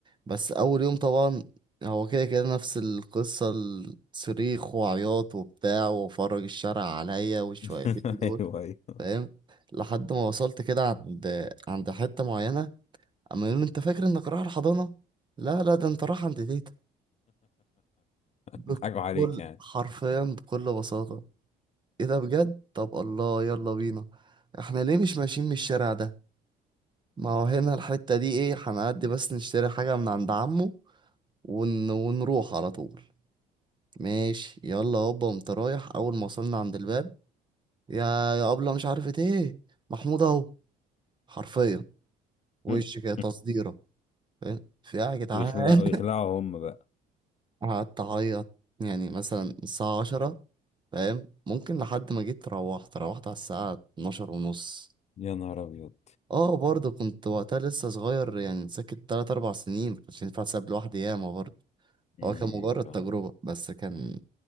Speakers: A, on the right (about 25°); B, on the left (about 40°).
A: بس أول يوم طبعا هو كده كده نفس القصة الصريخ وعياط وبتاع وفرج الشارع عليا والشويتين
B: <laughs>
A: دول
B: ايوه ايوه
A: فاهم
B: <laughs>
A: لحد ما وصلت كده عند عند حتة معينة اما يوم انت فاكر انك رايح الحضانه لا لا ده انت رايح عند تيتا بكل
B: بيضحكوا عليك يعني
A: حرفيا بكل بساطه ايه ده بجد طب الله يلا بينا احنا ليه مش ماشيين من الشارع ده ما هو هنا الحته دي ايه هنعدي بس نشتري حاجه من عند عمه ون... ونروح على طول ماشي يلا هوبا قمت رايح اول ما وصلنا عند الباب يا يا ابله مش عارفه ايه محمود اهو حرفيا وش
B: <laughs>
A: كده تصديره فاهم؟ في إيه يا جدعان
B: ويخلعوا ويخلعوا هم بقى
A: <laughs> قعدت اعيط يعني مثلا الساعة عشرة فاهم ممكن لحد ما جيت روحت روحت على الساعة 12 ونص
B: يا نهار ابيض
A: اه برضه كنت وقتها لسه صغير يعني ساكت تلات أربع سنين مكانش ينفع تساب لوحدي ياما برضه
B: امم
A: هو كان مجرد
B: فاهم
A: تجربة بس كان